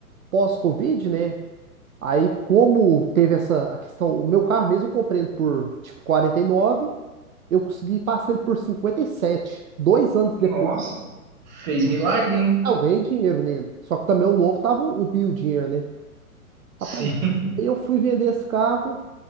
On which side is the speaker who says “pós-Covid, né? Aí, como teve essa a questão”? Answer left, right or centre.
Right